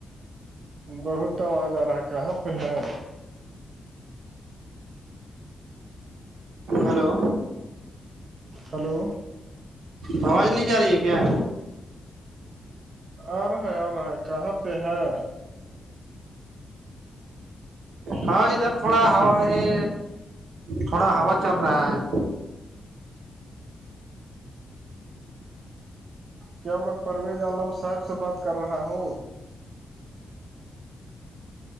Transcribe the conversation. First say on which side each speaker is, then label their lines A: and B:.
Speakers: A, on the right; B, on the right.
A: بہت آواز آ رہا ہے کہاں پہ ہے
B: ہلو
A: ہلو
B: آواز نہیں جا رہی ہے کیا
A: آ رہا ہے آ رہا ہے کہاں پہ ہے
B: ہاں ادھر تھوڑا ہوا یہ تھوڑا ہوا چل رہا ہے
A: کیا میں پرویز عالم صاحب سے بات کر رہا ہوں